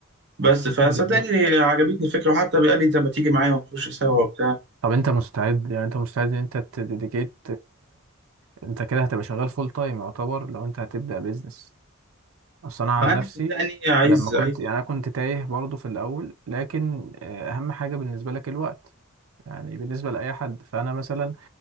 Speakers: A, on the right; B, on the right.
A: بس فصدقني
B: بالظبط
A: عجبتني الفكرة وحتى بقى لي انت ما تيجي معايا ونخش سوا وبتاع
B: طب انت مستعد يعني انت مستعد ان انت تديديكيت انت كده هتبقى شغال فول تايم يعتبر لو انت هتبدا بيزنس اصل انا عن
A: فانا
B: نفسي
A: صدقني عايز
B: لما كنت
A: عايز
B: يعني انا كنت تايه برضو في الاول لكن آه، اهم حاجه بالنسبه لك الوقت يعني بالنسبه لاي حد فانا مثلا